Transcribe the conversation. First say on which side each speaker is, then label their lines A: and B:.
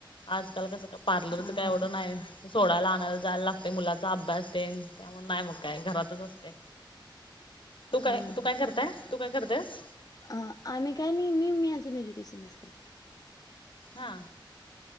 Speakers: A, on the left; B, on the left.
A: आजकाल कसं पार्लरच
B: हा हा
A: काय, एवढं
B: हा
A: नाही. सोडायला आणायला जायला लागते, मुलाचा अभ्यास तेन त्यामुळे नाही मग काय घरातच असते. तू काय
B: हां,
A: तू काय करताय, तू काय करतेस.
B: अं.. आम्ही काय नाही मी, मी अजून एज्युकेशनच करते.
A: हा.